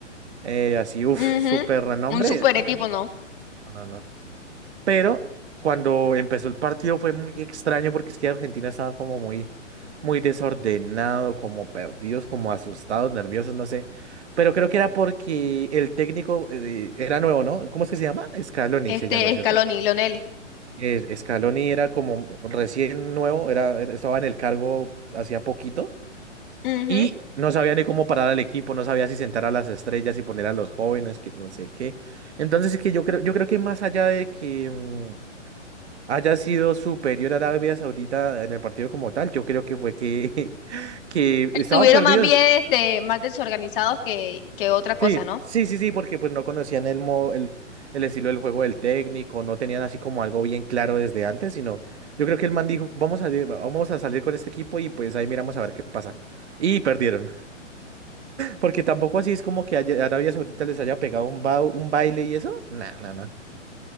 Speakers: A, on the right; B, on the left.
A: eh, así, uff,
B: ujú.
A: súper renombre.
B: Un super
A: mm,
B: equipo, ¿no?
A: No, no, no. Pero cuando empezó el partido fue muy extraño porque es que Argentina estaba como muy, muy desordenado, como perdidos, como asustados, nerviosos, no sé. Pero creo que era porque el técnico eh, era nuevo, ¿no? ¿Cómo es que se llama? Scaloni
B: Este,
A: se llama, ¿cierto?
B: Scaloni, Lionel.
A: Eh, Scaloni era como recién nuevo, era, era- estaba en el cargo hacía poquito.
B: Ujú.
A: Y no sabía ni cómo parar al equipo, no sabía si sentar a las estrellas y poner a los jóvenes, que no sé qué. Entonces es que yo creo, yo creo que más allá de que mm, haya sido superior a Arabia Saudita en el partido como tal, yo creo que fue que, <laughs> que
B: Estuvieron
A: estaban perdidos.
B: más bien, este, más desorganizados que, que otra cosa,
A: Sí,
B: ¿no?
A: sí, sí, sí, porque pues no conocían el, mo- el, el estilo del juego del técnico, no tenían así como algo bien claro desde antes, sino yo creo que el man dijo, vamos a, vamos a salir con este equipo y pues ahí miramos a ver qué pasa. Y perdieron. Porque tampoco así es como que haya- Arabia Saudita les haya pegado un, ba- un baile y eso. No, no, no.